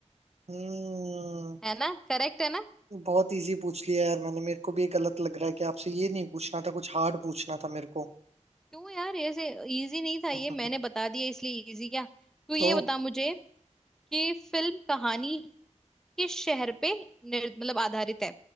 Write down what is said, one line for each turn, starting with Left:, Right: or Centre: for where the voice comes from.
Right: हम्म,
Centre: है ना करेक्ट है ना
Right: बहुत इजी पूछ लिया यार मैंने मेरे को भी ये गलत लग रहा है कि आपसे ये नहीं पूछना था कुछ हार्ड पूछना था मेरे को
Centre: क्यों यार ऐसे इजी नहीं था ये
Right: <laughs>
Centre: मैंने बता दिया इसलिए इजी क्या तू ये
Right: तो
Centre: बता मुझे कि फिल्म कहानी किस शहर पे निर- मतलब आधारित है